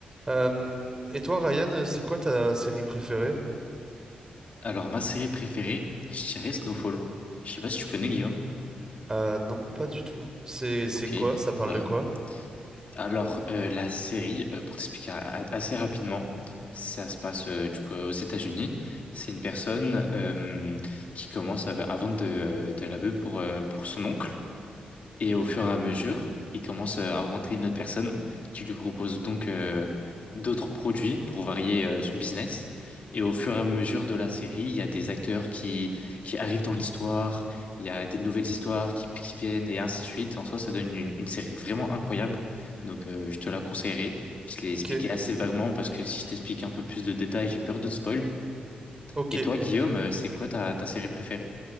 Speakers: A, on the right (about 20°); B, on the left (about 50°).
A: Euh, et toi, Ryan, c'est quoi ta série préférée?
B: Alors, ma série préférée, je dirais Snowfall. Je sais pas si tu connais Guillaume.
A: Euh, non, pas du tout. C'est c'est
B: Ok.
A: quoi? Ça parle
B: Bah,
A: de quoi?
B: alors, euh, la série, euh, pour t'expliquer a- assez rapidement, ça se passe euh, du coup aux États-Unis. C'est une personne euh, qui commence euh, à vendre de, de la bœuf pour, euh, pour son oncle. Et au fur et à mesure, il commence euh, à rencontrer une autre personne qui lui propose donc euh, d'autres produits pour varier euh, son business. Et au fur et à mesure de la série, il y a des acteurs qui, qui arrivent dans l'histoire, il y a des nouvelles histoires qui, qui viennent et ainsi de suite. En soi, ça donne une, une série vraiment incroyable. Donc, euh, je te la conseillerais. Je l'ai
A: Ok,
B: expliqué assez vaguement parce que si je t'explique un peu plus de détails, j'ai peur de te spoil.
A: ok.
B: Et toi, Guillaume, euh, c'est quoi ta, ta série préférée?